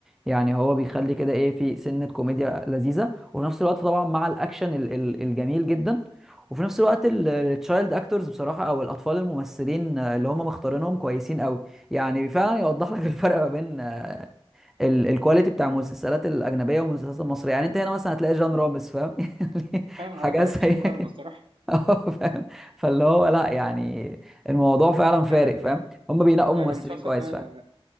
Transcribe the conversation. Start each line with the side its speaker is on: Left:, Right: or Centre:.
Centre: يعني هو بيخلي كده ايه في سنة كوميديا لذيذة وفي نفس الوقت طبعا مع الاكشن ال- ال- الجميل جدا وفي نفس الوقت التشايلد اكتورز بصراحة او الاطفال الممثلين آه، اللي هم مختارينهم كويسين قوي يعني فعلا يوضح لك <laughs> الفرق ما بين آه، ال- الكواليتي بتاع المسلسلات الاجنبية والمسلسلات المصرية يعني انت هنا مثلا هتلاقي جان رامز فاهم <laughs> يعني
Right: اه آه،
Centre: حاجة
Right: آه،
Centre: سيئة
Right: مفيش مقارنة
Centre: كده.
Right: الصراحة
Centre: <laughs> اه فاهم فاللي هو لا يعني الموضوع فعلا فارق
Right: آه،
Centre: فاهم هم بينقوا
Right: طيب
Centre: ممثلين
Right: المسلسل
Centre: كويس
Right: ده
Centre: فعلا